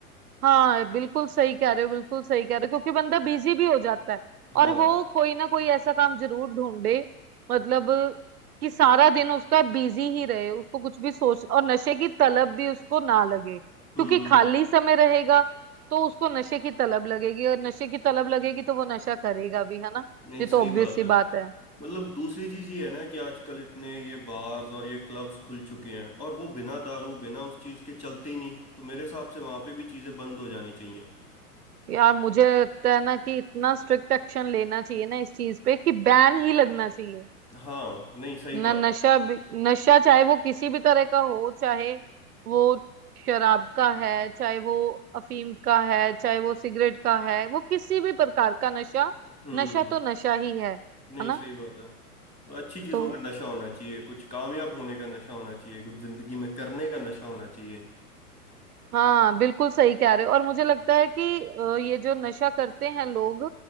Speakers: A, on the right; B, on the left.
A: हाँ बिल्कुल सही कह रहे हो बिल्कुल सही कह रहे हो क्योंकि बंदा बिजी भी हो जाता है
B: हाँ
A: और वो कोई ना कोई ऐसा काम जरूर ढूंढे मतलब कि सारा दिन उसका बिजी ही रहे उसको कुछ भी सोच और नशे की तलब भी उसको ना लगे क्योंकि
B: हम्म
A: खाली समय रहेगा तो उसको नशे की तलब लगेगी और नशे की तलब लगेगी तो वो नशा करेगा भी है ना
B: नहीं
A: ये
B: सही
A: तो ऑब्वियस
B: बात
A: सी
B: है
A: बात है
B: मतलब दूसरी चीज ये है ना कि आजकल इतने ये बार्स और ये क्लब्स खुल चुके हैं और वो बिना दारू बिना उस चीज के चलते ही नहीं तो मेरे हिसाब से वहां पे भी चीजें बंद हो जानी चाहिए
A: यार मुझे लगता है ना कि इतना स्ट्रिक्ट एक्शन लेना चाहिए ना इस चीज पे कि बैन ही लगना चाहिए
B: हाँ नहीं सही
A: ना
B: बात
A: नशा
B: है
A: भी नशा चाहे वो किसी भी तरह का हो चाहे वो शराब का है चाहे वो अफीम का है चाहे वो सिगरेट का है वो किसी भी प्रकार का नशा
B: हम्म
A: नशा तो नशा ही है है
B: नहीं
A: ना
B: सही बात है तो अच्छी चीजों
A: तो
B: का नशा होना चाहिए कुछ कामयाब होने का नशा होना चाहिए कुछ जिंदगी में करने का नशा होना चाहिए
A: हाँ बिल्कुल सही कह रहे हो और मुझे लगता है कि अ, ये जो नशा करते हैं लोग